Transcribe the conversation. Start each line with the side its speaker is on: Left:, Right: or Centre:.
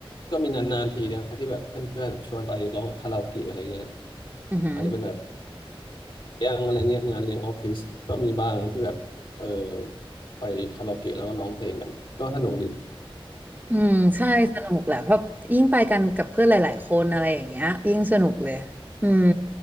Left: ก็มีนานๆทีนะที่แบบเพื่อนๆแบบชวนไปร้องคาราโอเกะอะไรเงี้ย
Right: ๆอือหือ
Left: อาจจะเป็นแบบเลี้ยงอะไรเงี้ยงานเลี้ยงออฟฟิศก็มีบ้างที่แบบเออไปคาราโอเกะแล้วก็ร้องเพลงกันก็สนุกดี
Right: อืมใช่สนุกแหละเพราะยิ่งไปกันกับเพื่อนหลาย ๆ คนอะไรอย่างเงี้ยยิ่งสนุกเลยอืม